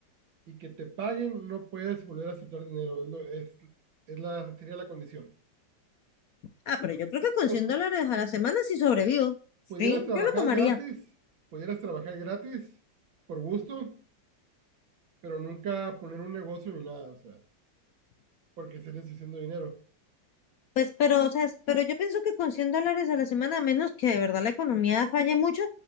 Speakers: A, on the right (about 85°); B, on the left (about 70°).
A: y que te paguen, no puedes volver a aceptar dinero. Es, lo- es- es la, sería la condición.
B: Ah, pero
A: Entonces,
B: yo creo que con
A: pu-
B: 100
A: pu-
B: dólares a la semana sí sobrevivo. Sí,
A: pudieras trabajar
B: yo lo tomaría.
A: gratis, pudieras trabajar gratis por gusto, pero nunca poner un negocio ni nada, o sea, porque estarías haciendo dinero.
B: Pues, pero, o sea, es- pero yo pienso que con 100 dólares a la semana, a menos que de verdad la economía falle mucho,